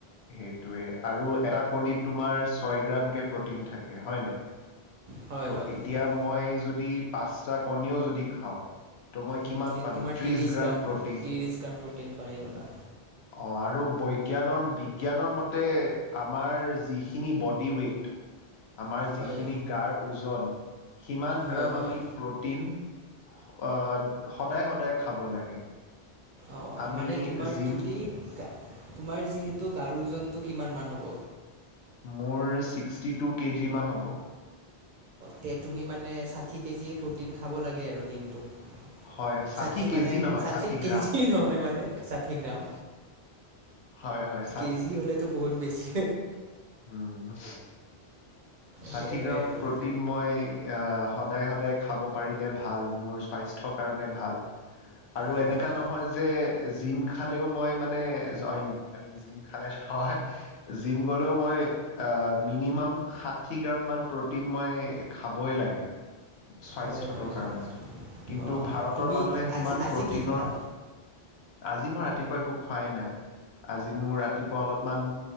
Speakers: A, on the left (about 75°); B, on the right (about 55°).
A: সেইটোৱে আৰু এটা কণীত তোমাৰ ছয় গ্ৰামকে প্ৰটিন থাকে হয় নে? ত'
B: হয়, হয়,
A: এতিয়া
B: একদম।
A: মই যদি- পাঁচটা কণীও যদি খাওঁ। ত' মই
B: উম,
A: কিমান
B: তে
A: পালোঁ
B: তোমাৰ
A: ত্ৰিশ
B: ত্ৰিছ
A: গ্ৰাম প্ৰ'টিন।
B: ত্ৰিছ গ্ৰাম প্ৰটিন পাই গলা।
A: অ আৰু বৈজ্ঞানৰ বিজ্ঞানৰ মতে আমাৰ যিখিনি বডি ৱোইট। আমাৰ যিখিনি
B: হয়,
A: গাৰ ওজন সিমান
B: হয়,
A: গ্ৰাম
B: হয়।
A: আমি প্ৰ'টিন- আহ সদায় সদায় খাব লাগে
B: অ
A: আমি
B: মানে তোমাৰ
A: জিম
B: যদি গা তোমাৰ যিহেতু গাৰ ওজনটো কিমান মান হ'ব?
A: মোৰ ছিক্সটি টু কেজিমান হ'ব।
B: তে তুমি মানে ষাঠি কেজি প্ৰটিন খাব লাগে আৰু দিনটোত।
A: হয়
B: ষাঠি
A: কেজি
B: মানে,
A: নহয়
B: ষাঠি কেজি
A: গ্ৰাম।
B: নহয় মানে ষাঠি গ্ৰাম
A: হয় হয়
B: কেজি হলেতো বহুত বেছি।
A: উম। ষাঠি
B: সেয়াই
A: গ্ৰাম
B: আৰু
A: প্ৰটিন মই আহ। সদায় সদায় খাব পাৰিলে ভাল মোৰ স্বাস্থ্য কাৰণে ভাল আৰু
B: অ'।
A: এনেকা নহয়। যে জিম খালেও মই মানে জইউনিম আই মিন জিম খালে নহয় জিম গলেও মই এ মিনিমাম ষাঠি গ্ৰাম মান প্ৰটিন মই খাবই লাগে স্বাস্থ্যটোৰ
B: হয়, হয়,
A: কাৰণে
B: হয়,
A: কিন। তো
B: অ',
A: ভাৰতৰ
B: তুমি
A: মানুহে
B: এতিয়া
A: সিমান
B: আজি আজি
A: প্ৰটিনৰ।
B: কি খালা?
A: আজি মই ৰাতিপুৱা একো খোৱাই নাই। আজি আজি মোৰ ৰাতিপুৱা অলপমান